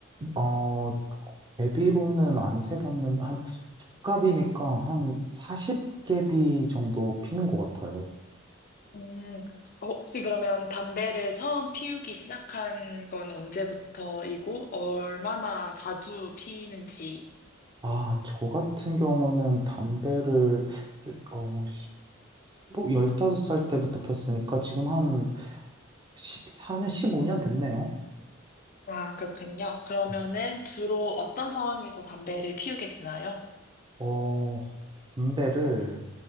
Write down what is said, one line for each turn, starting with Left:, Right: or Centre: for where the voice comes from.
Right: 어, 제비로는 안 세봤는데, 한, 두갑이니까 한 40개비 정도 피는 것 같아요.
Left: 음, 어, 혹시 그러면 담배를 처음 피우기 시작한 건 언제부터이고, 얼마나 자주 피는지.
Right: 아, 저 같은 경우는 담배를, 어, 15, 다섯 살 때부터 폈으니까 지금 한 14년, 15년 됐네요.
Left: 아, 그렇군요. 그러면은
Right: 네.
Left: 주로 어떤 상황에서 담배를 피우게 되나요?
Right: 어, 담배를